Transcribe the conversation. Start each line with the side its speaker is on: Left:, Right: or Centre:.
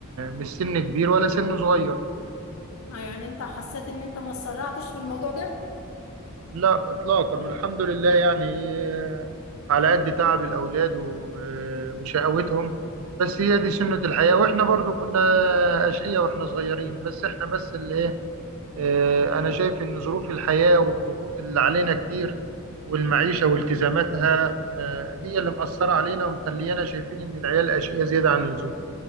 Right: مش سن كبير ولا سن صغير
Left: اه يعني انت حسيت ان انت ما اتسرعتش في الموضوع ده
Right: لا إطلاقا والحمد لله يعني آه، على قد تعب الأولاد و- آه، وشقاوتهم بس هي دي سنة الحياة وإحنا برضو كنا أشقية وإحنا صغيرين بس إحنا بس اللي آه، انا شايف ان ظروف الحياه والضغوط اللي علينا كتير والمعيشه والتزاماتها آه، هي اللي مأثره علينا ومخليانا شايفين ان العيال اشقياء زياده عن اللزوم